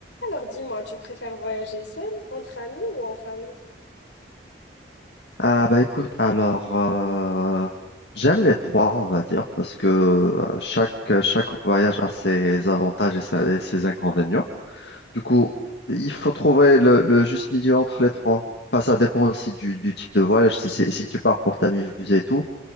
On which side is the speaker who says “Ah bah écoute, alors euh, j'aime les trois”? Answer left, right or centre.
Left